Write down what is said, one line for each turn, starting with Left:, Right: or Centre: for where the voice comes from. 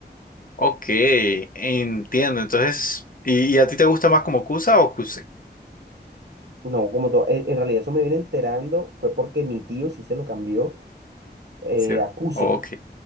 Left: ok, entiendo, entonces, ¿y, y a ti te gusta más como Cusa o Cuse?
Right: No, como todo, en, en realidad eso me vine enterando, fue porque mi tío sí se lo cambió eh,
Left: Sí.
Right: a Cuse.
Left: Ok,